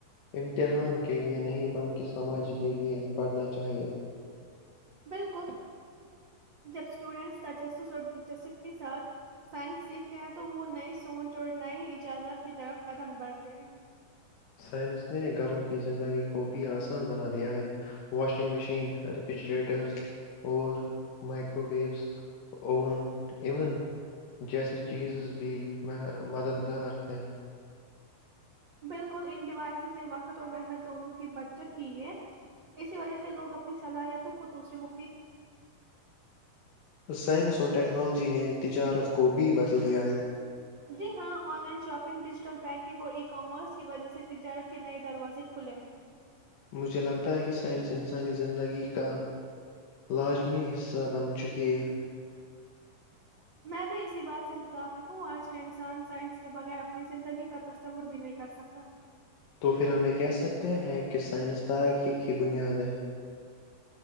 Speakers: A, on the left; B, on the right.
A: امتحان کیلئے نہیں بلکہ سماجھ کے لیے پڑھنا چاہیئے
B: بالکل جب اسٹوڈینٹس تجسس اور دلچسپ کے ساتھ سائنس سیکھتے ہیں تو وہ نئی سوچ اور نئی اجازت کی طرف قدم بڑھتے ہیں
A: سائنس نے گھروں کی زندگی کو بھی آسان بنا دیا ہے، واشنگ مشین ریفریجریٹرز اور مائکرو ویوز اوون ایون جیسیے چیزز بھی مددگار ہیں
B: بالکل ان ڈیوائسز نے وقت اور محنت دونوں کی بچت کی ہے اسی وجہ سے لوگ اپنی صلاحیتوں کو دوسرے م
A: سائنس اور ٹیکنالوجی نے تجارت کو بھی بدل دیا ہے
B: جی ہاں online shopping digital banking اور ای کامرس کی وجہ سے تجارت کے نئے دروازے کھلے ہیں
A: مجھے لگتا ہے کہ سائنس انسانی زندگی کا لازمی حصہ بن چکی ہے
B: میں بھی اسی بات سے متفق ہوں آج کا انسان سائنس کے بغیر اپنی زندگی کا تصور بھی نہیں کر سکتا
A: تو پھر ہمیں کہہ سکتے ہیں کہ سائنسدار کیی کی بنیادیں